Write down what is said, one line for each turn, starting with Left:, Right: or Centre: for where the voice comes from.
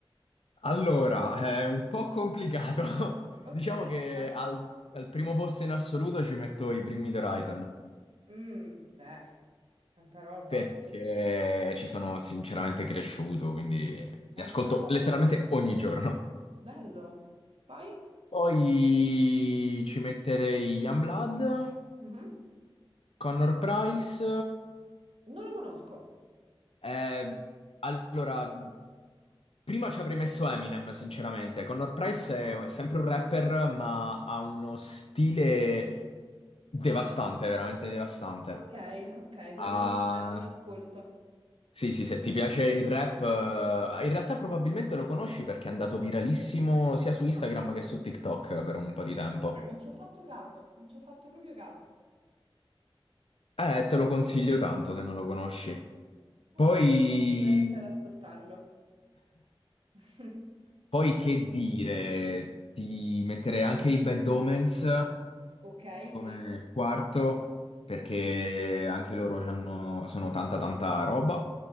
Left: Allora, è un po' complicato. <laughs>
Right: Ok,
Left: Diciamo che
Right: vai.
Left: al, al primo posto in assoluto ci metto i Bring Me the Horizon,
Right: Mm, beh, tanta roba,
Left: perché ci sono sinceramente cresciuto, quindi li
Right: tanta
Left: ascolto
Right: roba.
Left: letteralmente ogni giorno.
Right: Bello. Poi?
Left: Poi ci metterei Youngblood,
Right: Mhm.
Left: Connor Price.
Right: Non lo conosco.
Left: Eh, allora, prima ci avrei messo Eminem, sinceramente. Connor Price è sempre un rapper, ma ha uno stile devastante, veramente devastante.
Right: Ok, ok, proverò
Left: Ah,
Right: a dargli un ascolto.
Left: sì, sì, se ti piace il rap, eh, in realtà probabilmente lo conosci perché è andato viralissimo sia su Instagram
Right: Ah,
Left: che su TikTok per un po' di tempo.
Right: però non ci ho fatto caso, non ci ho fatto proprio caso.
Left: Eh, te lo consiglio tanto se non lo conosci. Poi
Right: Ok, proverò sicuramente ad ascoltarlo. <laughs>
Left: Poi che dire, ti metterei anche i Bad Omens
Right: Ok,
Left: come
Right: sì.
Left: quarto, perché anche loro c'hanno- sono tanta tanta roba.